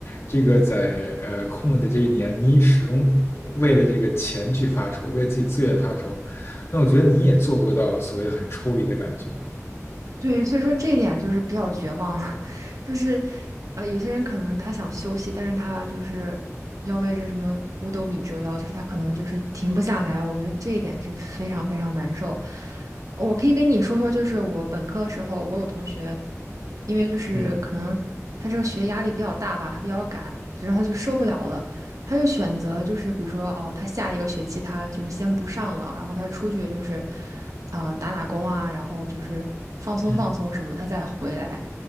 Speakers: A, on the left; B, on the right.
A: 这个在呃空了的这一年，你始终为了这个钱去发愁，为了自己资源发愁，那我觉得你也做不到所谓很抽离的感觉。
B: 对，所以说这一点就是比较绝望了，<laughs> 就是呃，有些人可能他想休息，但是他就是要为这什么五斗米折腰，就是他可能就是停不下来。我觉得这一点是非常非常难受。我可以跟你说说，就是我本科的时候，我有同学，因为就是可能他这个学业压力比较大吧，
A: 嗯
B: 他比较赶，然后他就受不了了，他就选择就是比如说哦，他下一个学期他就是先不上了，然后他出去就是啊、打打工啊，然后就是放松放松什么，
A: 嗯
B: 他再回来。